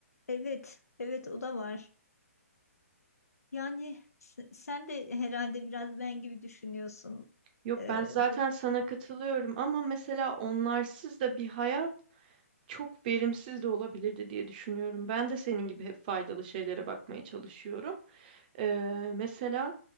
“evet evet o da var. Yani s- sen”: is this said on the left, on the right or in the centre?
Left